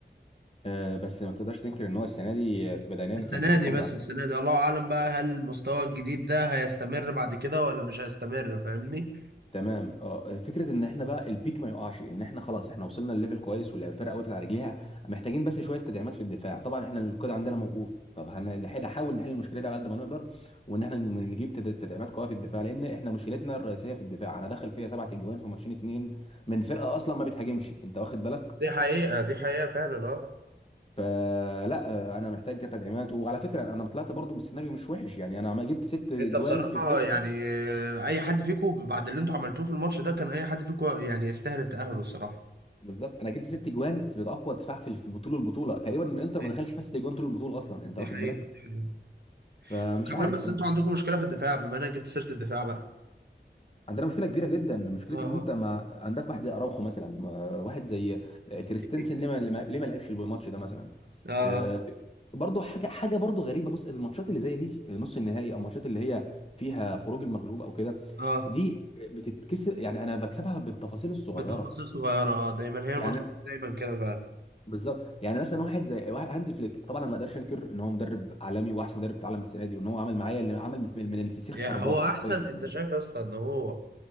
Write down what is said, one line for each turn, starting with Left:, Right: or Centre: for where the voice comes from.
Left: اه بس ما تقدرش تنكر ان هو السنه دي بدنيا
Right: السنة
Left: كان محافظ
Right: دي بس
Left: على
Right: السنة دي الله أعلم بقى هل المستوى الجديد ده هيستمر بعد كده ولا مش هيستمر فاهمني؟
Left: تمام اه فكره ان احنا بقى البيك ما يقعش ان احنا خلاص احنا وصلنا لليفل كويس والفرقه وقفت على رجليها محتاجين بس شويه تدعيمات في الدفاع طبعا احنا القيد عندنا موقوف طب هنحاول نحاول نحل المشكله دي على قد ما نقدر وان احنا نجيب تد- تدعيمات قويه في الدفاع لان احنا مشكلتنا الرئيسيه في الدفاع انا داخل فيها سبعة اجوان في ماتشين اتنين من فرقه اصلا ما بتهاجمش انت واخد بالك
Right: دي حقيقة دي حقيقة فعلا اه
Left: فلا آه، انا محتاج تدعيمات وعلى فكره انا طلعت برضو بالسيناريو مش وحش يعني انا ما جبت ست اجوان
Right: انت بصراحة
Left: في فرقه
Right: يعني آه، أي حد فيكم بعد اللي انتوا عملتوه في الماتش ده كان أي حد فيكم يعني يستاهل التأهل الصراحة
Left: بالظبط انا جبت ست جوان في اقوى دفاع في في بطوله البطوله تقريبا الانتر
Right: طيب،
Left: ما دخلش فيها ست جوان طول البطوله اصلا انت
Right: دي
Left: واخد
Right: حقيقة
Left: بالك
Right: دي حقيقة
Left: فمش
Right: وكمان
Left: عارف
Right: بس انتوا عندكم مشكلة في الدفاع بما انا جبت سيرة الدفاع بقى
Left: عندنا مشكله كبيره جدا مشكله
Right: اه
Left: ان انت
Right: اه
Left: ما عندك واحد زي اراوخو مثلا ما- واحد زي
Right: <laughs>
Left: كريستنسن ليه ما ليه ما لعبش الماتش ده مثلا
Right: اه
Left: آه، في- برضه حاجه حاجه برضه غريبه بص الماتشات اللي زي دي نص النهائي او الماتشات اللي هي فيها خروج المغلوب او كده
Right: اه
Left: دي بتتكسر يعني انا بكسبها بالتفاصيل الصغيره
Right: بتفاصيل صغيرة اه دايما هي الماتشات
Left: يعني
Right: دايما كده فعلا
Left: بالظبط يعني مثلا واحد زي واحد هانز فليك طبعا انا ما اقدرش انكر ان هو مدرب عالمي واحسن مدرب في العالم السنه دي وان هو عمل معايا اللي عمل من من الفسيخ
Right: يا
Left: شربات
Right: هو
Left: حرفيا
Right: احسن
Left: السنه
Right: انت شايف
Left: دي
Right: يا اسطى ان هو